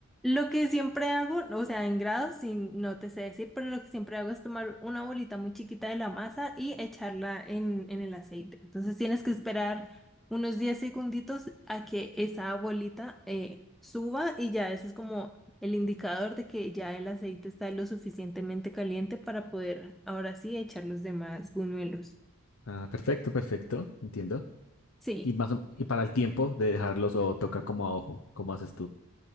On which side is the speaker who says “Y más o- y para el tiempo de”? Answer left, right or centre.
Left